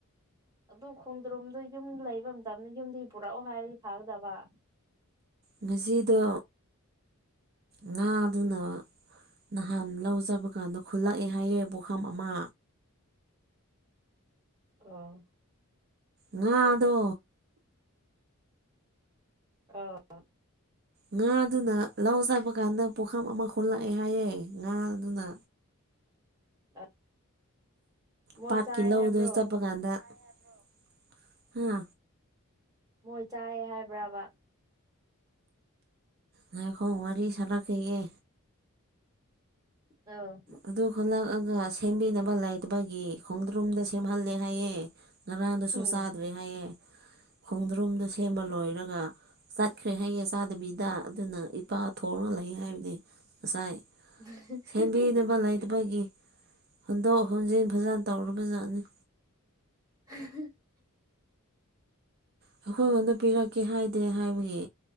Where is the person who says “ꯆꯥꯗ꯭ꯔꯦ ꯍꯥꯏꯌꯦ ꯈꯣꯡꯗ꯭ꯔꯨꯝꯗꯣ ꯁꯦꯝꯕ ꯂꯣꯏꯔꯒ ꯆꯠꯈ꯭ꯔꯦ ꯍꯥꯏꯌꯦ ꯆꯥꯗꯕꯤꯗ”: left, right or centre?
Right